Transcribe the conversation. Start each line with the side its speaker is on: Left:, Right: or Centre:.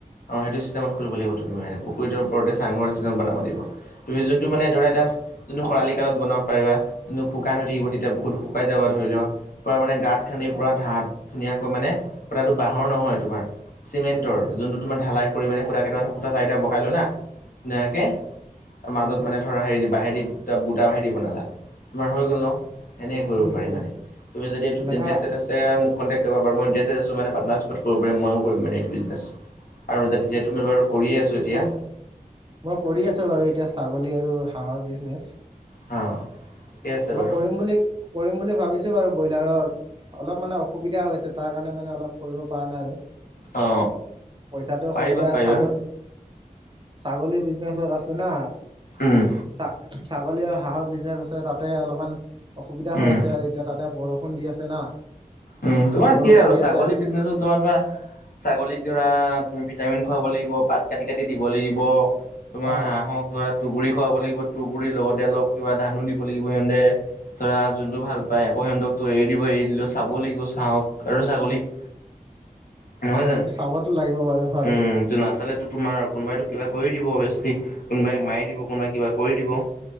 Left: অ' সেটো চিষ্টেমত খুলিব লাগিব তুমি পুখুৰীৰ ওপৰতে চাংঘৰ চিচটেম বনাব লাগিব তুমি যোনটো মানে ধৰা এটা যোনটো খৰালি কালত বনাব পাৰিবা যোনটো শুকান হৈ থাকিব তেতিয়া বহুত শুকাই যাব ধৰি লোৱা পুৰা মানে গাত খানিৰ
Right: অ
Left: পৰা ধাত ধুনীয়াকৈ মানে খুটাতো বাঁহৰ নহয় তোমাৰ চিমেণ্টৰ যোনটো তোমাৰ ঢালাই কৰি মানে খুটাকেইটা খুটা চাৰিটা বহাই ললা ধুনীয়াকে আৰু মাজত
Right: অ
Left: মানে ধৰা হেৰিদি বাঁহেদি গোটা বাঁহেদি বনালা তোমাৰ হৈ গ'ল ন সেনেকে কৰিব
Right: উম
Left: পাৰি
Right: উম
Left: মানে তুমি যদি
Right: সেনেকা
Left: ইণ্টাৰেষ্টেড আছে মোক কণ্টেক্ট কৰিব পাৰিবা মই ইণ্টাৰেষ্টেড আছো মানে পাটণাৰশ্বিপট কৰিব' পাৰি ময়ো কৰিম মানে এইটো বিজনেছ আৰু যাতে যিহেতু মই বাৰু কৰিয়ে আছো এতিয়া
Right: মই কৰি আছো বাৰু এতিয়া ছাগলী আৰু হাঁহৰ বিজনেচ
Left: অ আছে
Right: মই
Left: বাৰু
Right: কৰিম বুলি কৰিম বুলি ভাবিছো বাৰু ব্ৰইলাৰৰ অলপ মানে অসুবিধা হৈ আছে তাৰ কাৰণে মানে অলপ কৰিব পৰা নাই আৰু
Left: অ
Right: পইচাটো অসুবিধা
Left: পাৰিবা পাৰিবা
Right: ছাগ অ' ছাগলী বিজনেছত আছে না
Left: উম
Right: ছা ছাগলী আৰু হাঁহৰ বিজনেছ আছে তাতে অলপমান অসুবিধা হৈ
Left: উম
Right: আছে আৰু এতিয়া তাতে বৰষুণ দি আছে না
Left: উম, তোমাৰ
Right: বৰষুণ
Left: কি আৰু
Right: দি
Left: ছাগলী
Right: আছে
Left: বিজনেছত তোমাৰ তোমাৰ ছাগলীক ধৰা তুমি ভিটামিন খুৱাব লাগিব পাত কাটি কাটি দিব লাগিব তোমাৰ
Right: অ
Left: হাঁহক ধৰা টুহগুৰি খুৱাব লাগিব টুহগুৰিৰ লগতে অলপ কিবা ধানো দিব লাগিব সিহঁতে ধৰা
Right: অ
Left: যোনটো ভাল পাই আকৌ সিহঁতক তোৰ এৰি দিব এৰি দিলো চাবও লাগিব ছাহক আৰু ছাগলীক নহয়
Right: অ
Left: জানো
Right: এইটো চাবতো লাগিব বাৰু হয়
Left: উম তো নাচালেতো তোমাৰ কোনোবাইতো কিবা কৰি দিব অবেচলি কোনোবাই মাৰি দিব কোনোবাই কিবা কৰি দিব